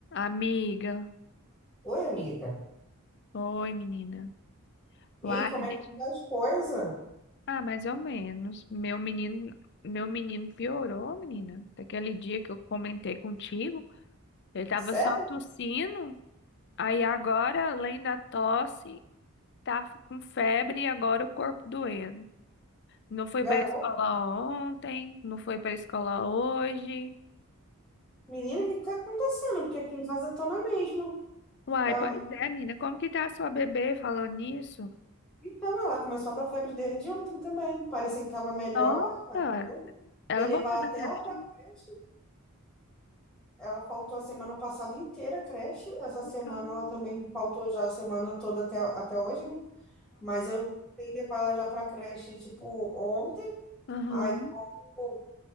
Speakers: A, on the left; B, in the centre.
A: Amiga,
B: Oi, amiga.
A: oi menina.
B: E
A: uai
B: aí, como
A: me deixa.
B: é que tá as coisas?
A: Ah, mais ou menos. Meu menino, meu menino piorou, menina. Daquele dia que eu comentei contigo, ele tava
B: Sério?
A: só tossindo. Aí agora, além da tosse, tá f- com febre e agora o corpo doendo. Não foi
B: Garota?
A: pra escola ontem, não foi pra escola hoje.
B: Menina, o que que tá acontecendo? Porque aqui em casa tô na mesma.
A: Uai,
B: Ah,
A: pois é, menina. Como que tá a sua bebê falando nisso?
B: Então, ela começou a dar febre desde ontem também. Parecia que tava melhor.
A: Nossa,
B: a febre.
A: ela
B: Ia levar
A: voltou da
B: até
A: febre
B: ela pra
A: de novo.
B: creche. Ela faltou a semana passada inteira a creche. Essa semana
A: cara.
B: ela também faltou já a semana toda até, até hoje, né? Mas eu tentei levar ela já pra creche, tipo, ontem.
A: Aham,
B: Aí, como